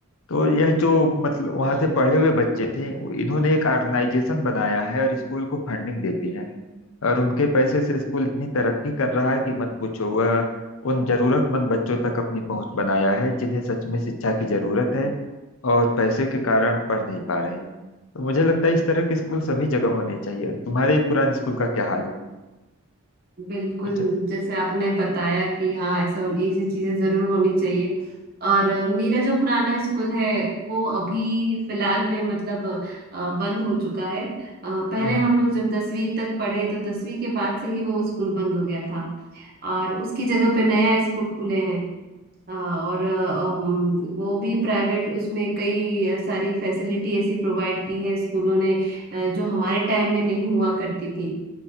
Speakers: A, on the left; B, on the right.
A: तो यह जो मतलब वहां से पढ़े हुए बच्चे थे वो- इन्होंने एक ऑर्गेनाइजेशन बनाया है और स्कूल को फंडिंग देते हैं और उनके पैसे से स्कूल इतनी तरक्की कर रहा है कि मत पूछो वह उन जरूरतमंद बच्चों तक अपनी पहुंच बनाया है जिन्हें सच में शिक्षा की जरूरत है और पैसे के कारण पढ़ नहीं पा रहे हैं तो मुझे लगता है इस तरह के स्कूल सभी जगह होने चाहिए तुम्हारे पुराने स्कूल का क्या हाल है
B: बिल्कुल
A: कुछ है?
B: जैसे आपने बताया कि हाँ ऐसा ऐसी चीजें जरूर होनी चाहिए और अ, मेरा जो पुराना स्कूल है वो अभी फिलहाल में मतलब अ, बंद हो चुका है अ, पहले
A: हम्म।
B: हम लोग जब दसवीं तक पढ़े तो दसवीं के बाद से ही वो स्कूल बंद हो गया था और उसकी जगह पे नया स्कूल खुले हैं अ, और अ, उम, वो भी प्राइवेट उसमें कई सारी फैसिलिटी ऐसी प्रोवाइड की है स्कूलों ने अ, जो हमारे टाइम में नहीं हुआ करती थी